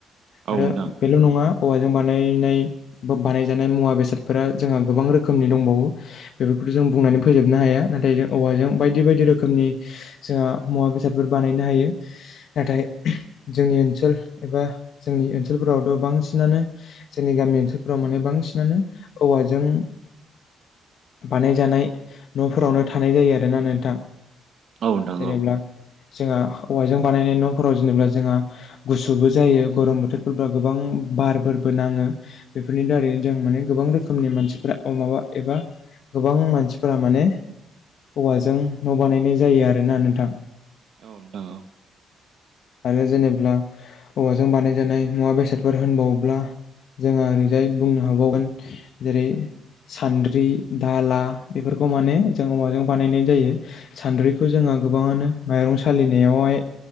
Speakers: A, on the left; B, on the right.
A: आरो
B: औ नोंथां
A: बेल' नङा हौवाजों बानायनाय बा बानायजानाय मुवा बेसादफोरा जोंहा गोबां रोखोमनि दंबावो। बेफोर फोरखौ जों बुंनानै फोजोबनो हाया नाथाय जों औवा जों बायदि बायदि रोखनि जोंहा मुवा बे सादफोर बानायनो हायो नाथाय। जोंनि ओनसोल एबा जोंनि ओनसोलफोरावथ' बांसिनानो जोंनि गामि ओनसोलफोराव माने बांसिनानो औवाजों
B: <inaudible>
A: बानायजानाय न'फोरावनो थानाय जायो आरोना नोंथां।
B: औ नोंथां
A: जेनेब्ला
B: औ।
A: जोंहा औवाजों बानायनाय न'फोराव जेनेबा जोंहा गुसुबो जायो गरम बोथोरफोरब्ला गोबां बार फोरबो नाङो बेफोरनि दारैनो जों माने गोबां रोखोमनि मानसिफोरा अ माबा एबा गोबां मानसिफोरा माने औवाजों न' बानायनाय जायो आरो ना नोंथां।
B: औ नोंथां औ।
A: आरो जेनेब्ला औवाजों बानायजानाय मुवा बेसादफोर होनबावोब्ला। जोंहा ओरैजाय बुंनो हाबावगोन जेरै सान्द्रि दाला बेफोरखौ माने जों औवाजों बानायनाय जायो। सान्द्रिखौ जोङो दा गोबाङानो माइरं सालिनायावहाय